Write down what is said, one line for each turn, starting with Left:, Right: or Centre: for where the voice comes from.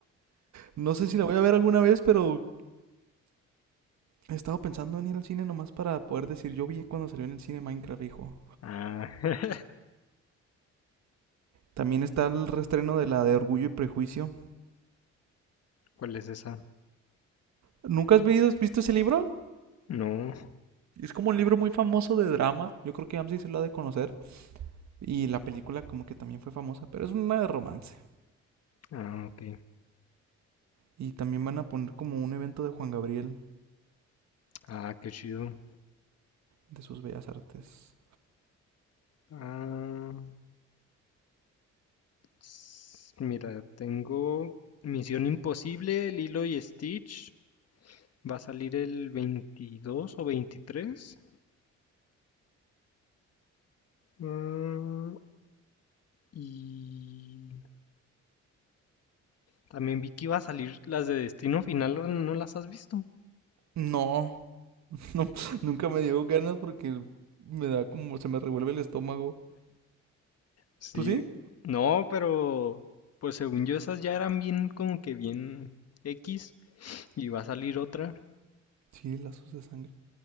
Right: no sé si la voy a ver alguna vez, pero he estado pensando en ir al cine nomás para poder decir, yo vi cuando salió en el cine Minecraft, hijo.
Left: Ah, <laughs>
Right: También está el restreno de la de Orgullo y Prejuicio.
Left: ¿cuál es esa?
Right: ¿Nunca has visto, visto ese libro?
Left: No.
Right: Es como un libro muy famoso de drama. Yo creo que Amsi se lo ha de conocer. Y la película como que también fue famosa, pero es una de romance.
Left: Ah, ok.
Right: Y también van a poner como un evento de Juan Gabriel
Left: Ah, qué chido.
Right: de sus bellas artes.
Left: Ah, S- Mira, tengo Misión Imposible, Lilo y Stitch. Va a salir el 22 o 23. Ah, y también vi que iba a salir las de Destino Final, ¿no no las has visto?
Right: No, <laughs> no, nunca me dio ganas porque me da como, se me revuelve el estómago.
Left: Sí.
Right: ¿Tú sí?
Left: No, pero pues según yo esas ya eran bien como que bien X y va a salir otra.
Right: Sí, lazos de sangre.